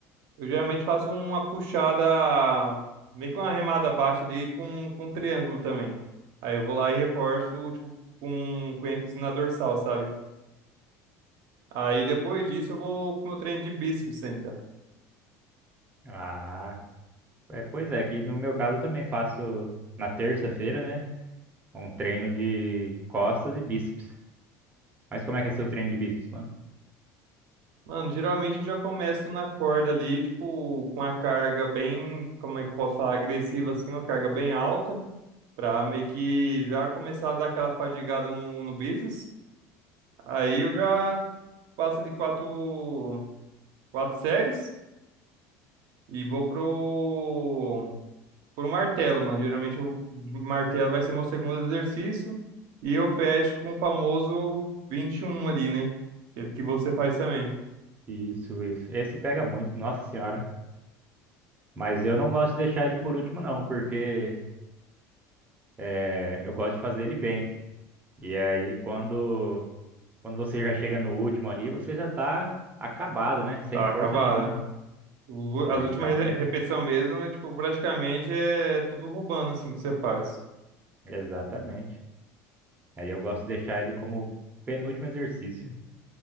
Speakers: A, on the right; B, on the right.
A: Eu geralmente faço uma puxada, meio que uma remada baixa ali com, com um triângulo também. Aí eu vou lá e reforço, tipo, com, com ênfase na dorsal, sabe? Aí depois disso eu vou pro meu treino de bíceps ainda.
B: Ah, é, pois é, que no meu caso eu também faço na terça-feira, né? Um treino de costas e bíceps. Mas como é que é seu treino de bíceps, mano?
A: Mano, geralmente eu já começo na corda ali, tipo, com uma carga bem, como é que eu posso falar, agressiva assim, uma carga bem alta, pra meio que já começar a dar aquela fadigada no, no bíceps. Aí eu já passo ali quatro, quatro séries. E vou pro, pro martelo, mano. Geralmente o martelo vai ser meu segundo exercício. E eu fecho com o famoso 21 ali, né? Aquele que você faz também.
B: Isso, isso. Esse pega muito, nossa senhora. Mas eu não gosto de deixar ele por último, não, porque é, eu gosto de fazer ele bem. E aí, quando, quando você já chega no último ali, você já tá acabado, né? Sem
A: Tá
B: força
A: acabado,
B: nenhuma.
A: né? Os
B: É,
A: u- As últimas
B: então,
A: re- repetição mesmo é, tipo, praticamente é tudo roubando, assim, que você faz.
B: exatamente. Aí eu gosto de deixar ele como penúltimo exercício.